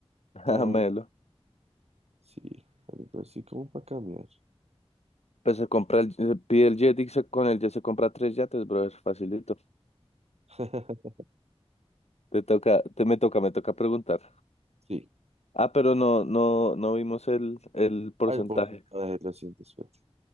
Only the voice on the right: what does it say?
tan,
sí, algo así como para cambiar.
<laughs>
Sí,
al porcentaje lo siento, suerte.